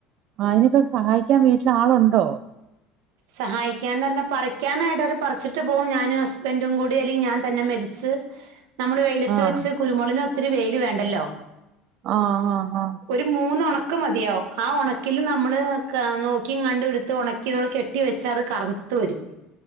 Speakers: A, on the right; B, on the right.
A: അയിനൊക്കെ സഹായിക്കാൻ വീട്ടില് ആളൊണ്ടോ
B: സഹായിക്കാന്നറഞ്ഞാൽ പറിക്കാനായിട്ട് അവര് പറിച്ചിട്ട് പോവും ഞാന് സ് ബന്റും കൂടി അല്ലെങ്കി ഞാൻ തന്നെ മെതിച്ച് നമ്മള് വെയിലത്ത്
A: ആഹ്
B: വെച്ച് കുരുമൊളിന് ഒത്തിരി വെയില് വേണ്ടല്ലോ
A: ആഹ് ആഹ് ആഹ്
B: ഒരു മൂന്ന് ഒണക്ക് മതിയാവും ആ ഒണക്കില് നമ്മള് അ നോക്കി കണ്ട് ഇടുത്ത് ഒണക്കി മ്മള് കെ ട്ടി വെച്ച അത് കറുത്തു വരും